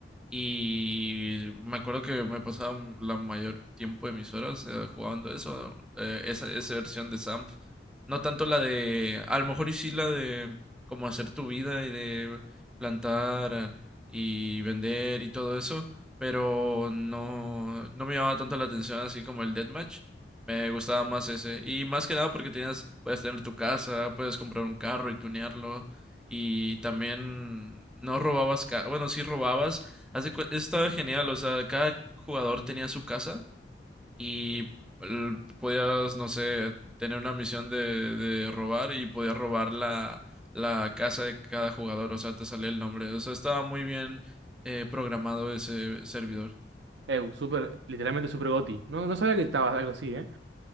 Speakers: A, in the centre; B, on the right (about 80°).
A: Y me acuerdo que me pasaba la mayor tiempo de mis horas eh, jugando eso, eh, esa, esa versión de SAMP. No tanto la de, a lo mejor y sí la de como hacer tu vida y de plantar y vender y todo eso, pero no, no me llamaba tanto la atención así como el Deathmatch. Me gustaba más ese. Y más que nada porque tenías, puedes tener tu casa, puedes comprar un carro y tunearlo. Y también no robabas, ca- bueno, sí robabas. Haz de cu- Eso estaba genial, o sea, cada jugador tenía su casa y l- podías, no sé, tener una misión de, de robar y podías robar la, la casa de cada jugador, o sea, te salía el nombre. O sea, estaba muy bien eh, programado ese servidor.
B: Eh, super, literalmente Super GOTY. No, no sabía que estaba algo así, ¿eh?